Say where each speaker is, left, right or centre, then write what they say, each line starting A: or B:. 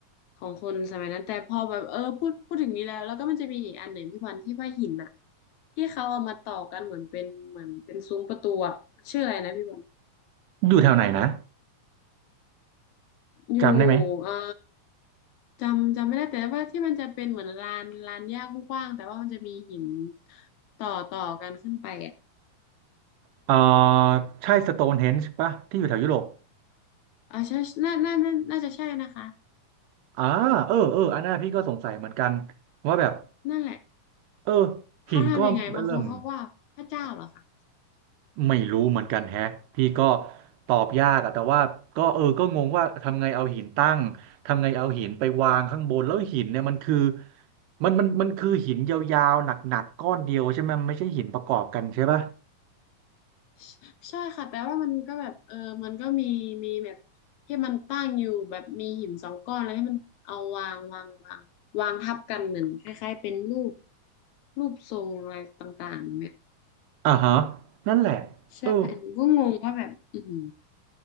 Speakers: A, on the left; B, on the right.
A: ของคนสมัยนั้นแต่พอแบบเออพูดพูดถึงนี้แล้วแล้วก็มันจะมีอีกอันหนึ่งพี่บอลที่ว่าหินอะที่เขาเอามาต่อกันเหมือนเป็นเหมือนเป็นซุ้มประตูอะชื่ออะไรนะพี่บอล
B: อยู่แถวไหนนะ
A: อยู่เอ่อ
B: จำได้ไหม
A: จำจำไม่ได้แต่ว่าที่มันจะเป็นเหมือนลานลานหญ้ากว้างๆแต่ว่ามันจะมีหินต่อต่อกันขึ้นไปอ่ะ
B: เออใช่สโตนเฮนจ์ปะที่อยู่แถวยุโรป
A: ออใช่น่าน่าน่าน่าจะใช่นะคะ
B: อ่าเออเอออันนั้นพี่ก็สงสัยเหมือนกันว่าแบบ
A: นั่นแหละ
B: เออหินก้อนเริ่ม
A: เขาทำยังไงบางคนเขาว่าพระเจ้าเหรอคะ
B: ไม่รู้เหมือนกันแฮะพี่ก็ตอบยากอะแต่ว่าก็เออก็งงว่าทำไงเอาหินตั้งทำไงเอาหินไปวางข้างบนแล้วหินเนี่ยมันคือมันมันมันคือหินยาวๆหนักๆก้อนเดียวใช่ไหมมันไม่ใช่หินประกอบกันใช่ปะ
A: ใช่ใช่ค่ะแต่ว่ามันก็แบบเออมันก็มีมีแบบที่มันตั้งอยู่แบบมีหินสองก้อนแล้วให้มันเอาวางวางวางวางทับกันเหมือนคล้ายๆเป็นรูปรูปทรงอะไรต่างๆเนี่ย
B: อ่าฮะนั่นแหละเออ
A: ใช่หนูก็งงว่าแบบอือหือ